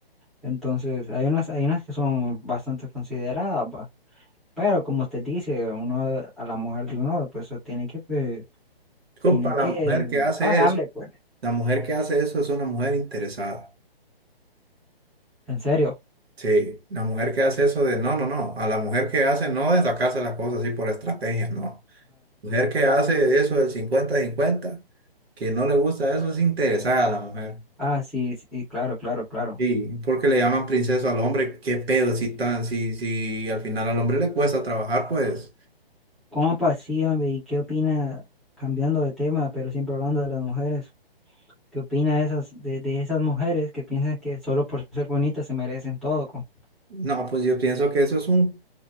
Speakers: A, in the centre; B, on the right.
A: Entonces, hay unas, hay unas que son bastante consideradas, va, Pero como usted dice, uno, a la mujer de uno, pues tiene que, pues,
B: Compa,
A: tiene
B: la
A: que
B: mujer que hace
A: pagarle,
B: eso.
A: pues,
B: La mujer que hace eso es una mujer interesada.
A: en serio.
B: Sí, la mujer que hace eso de no, no, no. A la mujer que hace no de sacarse las cosas así por estrategia, no. Mujer que hace de eso del cincuenta cincuenta que no le gusta eso, es interesada la mujer.
A: Ah, sí, sí, claro, claro, claro.
B: Sí, porque le llaman princesa al hombre, qué pedo si tan, si, si al final al hombre le cuesta trabajar, pues.
A: ¿Cómo pasía, hombre? ¿Y qué opina, cambiando de tema, pero siempre hablando de las mujeres? ¿Qué opina de esas, de, de esas mujeres que piensan que solo por ser bonitas se merecen todo? com-
B: No, pues yo pienso que eso es un,